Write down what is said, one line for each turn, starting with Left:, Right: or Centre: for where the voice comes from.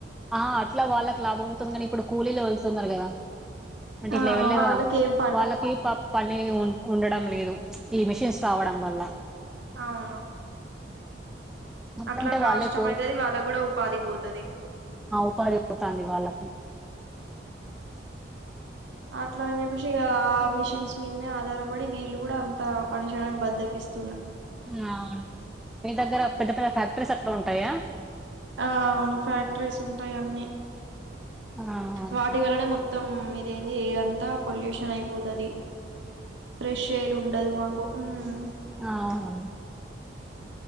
Centre: ఆ ఇట్లా వాళ్ళకి లాభం అవుతుంది కానీ ఇప్పుడు కూలీలు వెళ్తున్నారు కదా అంటే
Right: ఆ
Centre: ఇట్లా వెళ్ళే
Right: వాళ్ళకేమ్
Centre: వాళ్ళు వాళ్ళకి ప పని ఉ ఉండడం లేదు దు ప్చ్ ఈ మిషన్స్ రావడం వల్ల
Right: అవును
Centre: అట్లుంటే
Right: అట్లా కాష్టంమయితది
Centre: వాళ్ళకు
Right: వాళ్ళ కూడా ఉపాధి పోతది
Centre: ఆ ఉపాధి పోతాంది వాళ్ళకి
Right: అట్లా అని చెప్పేసి ఇక ఆ మిషన్స్ మీదనే ఆధారపడి వీళ్ళు కూడా అంతా పని చేేయడానికి బద్దకిస్త్
Centre: ఆ అవును మీ దగ్గర పెద్ద పెద్ద ఫ్యాక్టరీస్ అట్లా ఉంటయి టాయా
Right: ఆ అవును ఫ్యాక్టరీస్ ఉంటాయి అన్నీ
Centre: ఆహా
Right: వాటిివలనే మొత్ మొత్తం ఇది ఏంది ఎయిర్ అంతా పొల్యూషన్ అయిపోతది ఫ్రెష్ ఎయిర్ ఉండదు మాకు మ్
Centre: ఆహ